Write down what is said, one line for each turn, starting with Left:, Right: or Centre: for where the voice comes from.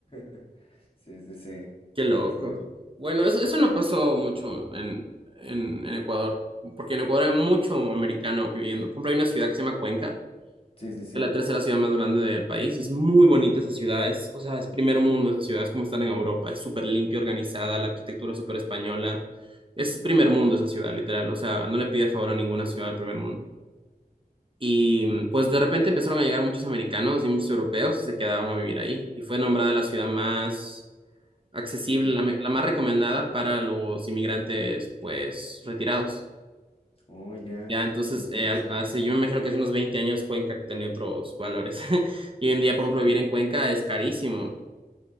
Left: <laughs> Sí, sí, sí.
Right: Qué loco.
Left: Sí, güey.
Right: Bueno, eso, eso no pasó mucho en, en, en Ecuador, porque en Ecuador hay mucho americano
Left: Oh,
Right: viviendo. Por ejemplo, hay una ciudad que se llama Cuenca,
Left: sí, sí, sí.
Right: que es la tercera ciudad más grande del país, y es muy bonita esa ciudad. Es, o sea, es primer mundo esa ciudad, es como estar en Europa, es súper limpia, organizada, la arquitectura es súper española. Es
Left: Ujú,
Right: primer
Left: ujú,
Right: mundo esa ciudad, literal. O sea, no le pide favor a ninguna ciudad del primer mundo. Y mm,
Left: ujú,
Right: pues de repente empezaron a llegar muchos americanos y muchos europeos y se quedaban a vivir ahí. Y fue nombrada la ciudad más accesible,
Left: ujú.
Right: la, me- la más recomendada para los inmigrantes, pues, retirados.
Left: Oh, ya,
Right: Ya, entonces,
Left: qué interesante.
Right: eh, al- hace,
Left: ajá.
Right: yo me imagino que hace unos 20 años Cuenca tenía otros valores. <laughs> Y hoy en día,
Left: Sí.
Right: por ejemplo, vivir en Cuenca es carísimo.